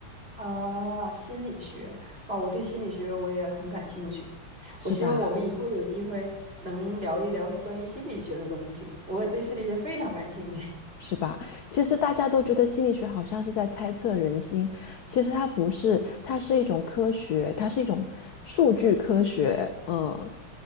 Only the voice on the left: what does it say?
是吧？
是吧？其实大家都觉得心理学好像是在猜测人心，其实它不是，它是一种科学，它是一种数据科学。嗯